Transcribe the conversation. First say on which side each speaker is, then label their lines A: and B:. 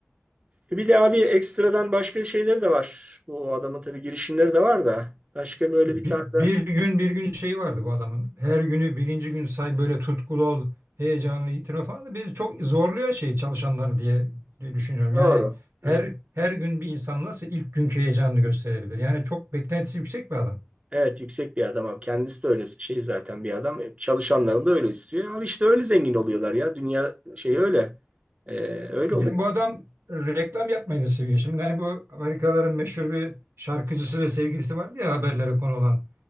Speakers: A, on the right; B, on the right.
A: E, bir de abi ekstradan başka şeyleri de var. Bu adamın tabii girişimleri de var da başka böyle
B: Bi-
A: bir tane
B: Bir,
A: de
B: gün bir gün şeyi vardı bu adamın. Her günü birinci gün say böyle tutkulu ol, heyecanını yitirme falan. Bir çok zorluyor şey çalışanları diye, diye düşünüyorum.
A: doğru.
B: Yani her
A: E,
B: her gün bir insan nasıl ilk günkü heyecanını gösterebilir? Yani çok beklentisi yüksek bir adam.
A: Evet yüksek bir adam abi. Kendisi de öyle şey zaten bir adam. Çalışanların da öyle istiyor. Abi işte öyle zengin oluyorlar ya. Dünya şey öyle. Ee, öyle
B: Bir
A: oluyor.
B: de bu adam reklam yapmayı da seviyor. Şimdi hani bu Amerikalıların meşhur bir şarkıcısı ve sevgilisi var ya haberlere konu olan.